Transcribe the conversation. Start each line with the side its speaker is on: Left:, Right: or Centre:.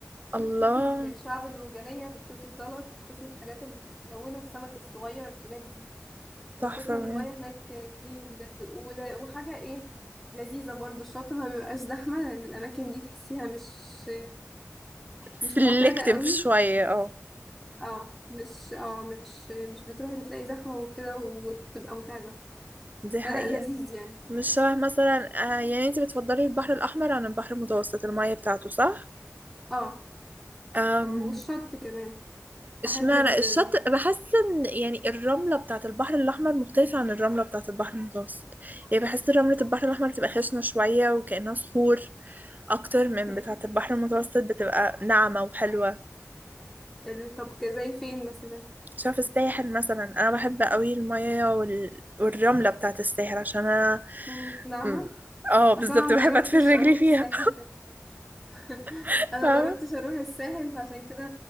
Right: الله
Centre: بتشوفي الشعب المرجانية بتشوفي سلط بتشوفي الحاجات الملونة السمك الصغير الحاجات دي
Right: تحفة
Centre: من كتر
Right: بجد
Centre: ما المية هناك كتير بجد ولا- وحاجة ايه لذيذة برضو الشاطئ ما بيبقاش زحمة لأن الأماكن دي تحسيها مش
Right: سلكتيف
Centre: مش معتادة قوي
Right: شوية اه
Centre: اه مش اه مش مش بتروحي بتلاقي زحمة وكده وتبقى متعبة
Right: دي حقيقة
Centre: فلا لذيذ يعني
Right: مش شبه مثلا آه يعني انتي بتفضلي البحر الأحمر عن البحر المتوسط المية بتاعته صح؟
Centre: اه
Right: أم،
Centre: آه، والشط كمان
Right: اشمعنى
Centre: أحب ال
Right: الشط
Centre: ال-
Right: بحس ان يعني الرملة بتاعت البحر الأحمر مختلفة عن الرملة بتاعت البحر المتوسط يعني بحس رملة البحر الأحمر بتبقى خشنة شوية وكأنها صخور أكتر من
Centre: مم.
Right: بتاعت البحر المتوسط بتبقى ناعمة وحلوة
Centre: ال- طب زي فين مثلا
Right: شاف الساحل مثلا انا بحب قوي المية وال... والرملة بتاعت الساحل عشان انا
Centre: مم، نعمة
Right: م- اه بالظبط
Centre: أصلا أنا
Right: بحب
Centre: مجربتش
Right: ادفن رجلي
Centre: أروح
Right: فيها
Centre: الساحل <laughs>
Right: <laughs>
Centre: انا
Right: فاهمة
Centre: جربتش اروح الساحل فعشان كده